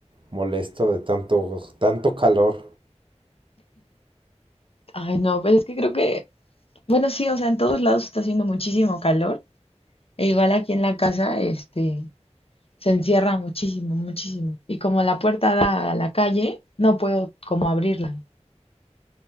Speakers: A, on the right; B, on the left.
A: molesto de tanto, tanto calor.
B: Ay, no, pues es que creo que, bueno, sí, o sea, en todos lados está haciendo muchísimo calor, e igual aquí en la casa, este, se encierra muchísimo, muchísimo. Y como la puerta da a la calle, no puedo como abrirla.